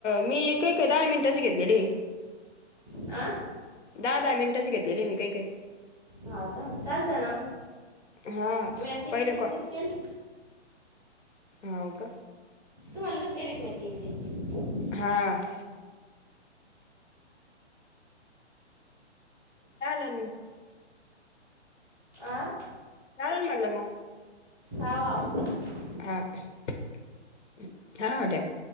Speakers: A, on the left; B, in the centre.
A: मी काही काही दहा मिनटाची घेतलेले.
B: आं?
A: दहा दहा मिनिटचे घेतलेले मी काही काही.
B: हा का? चालत ना.
A: हा
B: म्या तीन
A: पहिले
B: तीन चेच केलते.
A: हांव कां
B: तूमंल्लोत केले की मं तीनं तीनं चे
A: हां <unintelligible>
B: आं
A: चालणं म्हटलं मं
B: हाव हाव
A: हां हां ठेवां